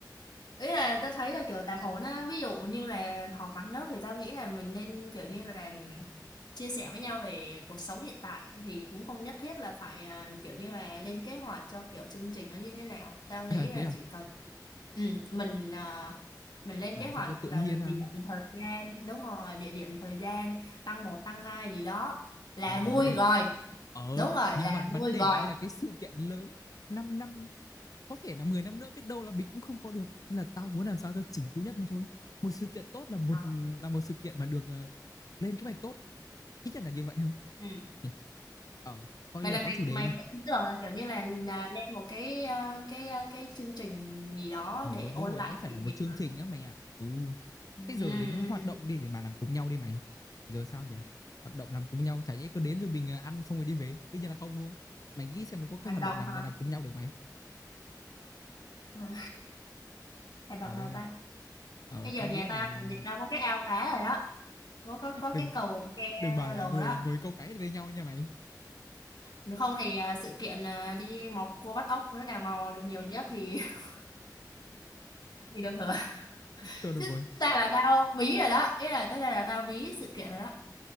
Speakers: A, on the left; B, on the left.
A: ý là tao thấy là kiểu tạm ổn á ví dụ như là họp mặt lớp thì tao nghĩ là mình nên kiểu như là chia sẻ với nhau về cuộc sống hiện tại thì cũng không nhất thiết là phải à, kiểu như là lên kế hoạch cho kiểu chương trình nó như thế nào tao nghĩ
B: À
A: là
B: thế à?
A: chỉ cần ừ, mình à, mình lên
B: Làm
A: kế hoạch
B: sao cho
A: vào
B: tự nhiên
A: địa
B: ha?
A: điểm thời gian đúng rồi địa điểm thời gian tăng một tăng hai gì đó là
B: Trời
A: vui
B: mẹ ơi đệ
A: rồi
B: Ờ
A: đúng rồi
B: thì nhưng
A: là
B: mà
A: vui
B: vấn đề
A: rồi
B: là đây là cái sự kiện lớn 5 năm có thể là 10 năm nữa biết đâu là mình cũng không có được Nên là tao muốn làm sao cho chỉnh chu nhất mà thôi một sự kiện tốt là một
A: Ờ.
B: là một sự kiện mà được ờ, lên kế hoạch tốt ít nhất là như vậy ha
A: ừ.
B: Ừ. ờ coi
A: vậy
B: như
A: là
B: là
A: mày
B: có chủ đề
A: mày
B: đi
A: có ý tưởng là kiểu như là, là lên một cái ờ, cái ờ, cái chương trình gì đó
B: ờ
A: để ôn
B: đúng rồi
A: lại
B: nó phải
A: kỷ
B: là một
A: niệm
B: chương
A: hả
B: trình á mày ạ ừ
A: ừ.
B: thế giờ đến hoạt động đi để mà làm cùng nhau đi mày giờ sao nhỉ hoạt động làm cùng nhau chả nhẽ cứ đến rồi mình ờ, ăn xong rồi đi về đương nhiên là không đúng không mày nghĩ xem mình có cái
A: hoạt
B: hoạt
A: động
B: động nào mà
A: hả
B: làm cùng nhau được mày
A: ừ. hoạt động
B: Trời
A: nào
B: ơi,
A: ta
B: ờ
A: bây giờ
B: tao
A: nhà
B: nghĩ là
A: tao nhà tao có cái ao cá rồi đó có có có
B: đừng
A: cái cầu ke
B: đừng bảo là
A: đồ
B: ngồi
A: đó
B: ngồi câu cái với nhau nha mày.
A: nếu không thì ờ, sự kiện ờ, đi mò cua bắt ốc đứa nào mò được nhiều nhất thì <laughs> thì được hưởng
B: Thôi được
A: chứ
B: rồi.
A: ta là tao bí rồi đó ý là tới đây là tao bí sự kiện rồi